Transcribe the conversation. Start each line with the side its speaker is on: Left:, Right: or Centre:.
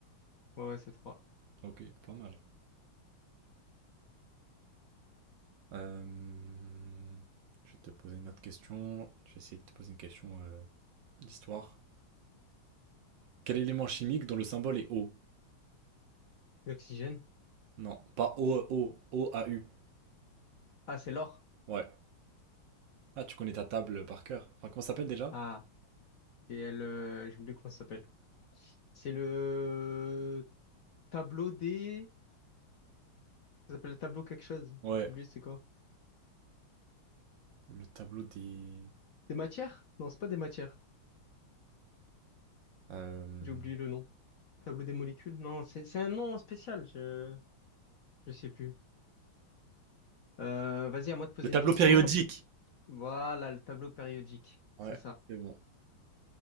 Left: ouais, ouais, c'est trois.
Right: Ok, pas mal. Euh, Je vais te poser une autre question. Je vais essayer de te poser une question euh, d'histoire. Quel élément chimique dont le symbole est O?
Left: L'oxygène?
Right: Non, pas O, O, O, A, U.
Left: Ah, c'est l'or.
Right: Ouais. Ah, tu connais ta table par cœur. Enfin, comment ça s'appelle déjà?
Left: Ah, et elle... euh, J'ai oublié comment ça s'appelle. C'est le tableau des... Ça s'appelle le tableau quelque chose.
Right: Ouais.
Left: J'ai oublié c'est quoi.
Right: Le tableau des...
Left: Des matières? Non, c'est pas des matières.
Right: Euh,
Left: J'ai oublié le nom. Tableau des molécules? Non, c'est c'est un nom spécial, je je sais plus. Euh, vas-y, à moi de poser
Right: Le tableau
Left: une question.
Right: périodique.
Left: Voilà, le tableau périodique,
Right: Ouais,
Left: c'est ça.
Right: c'est bon.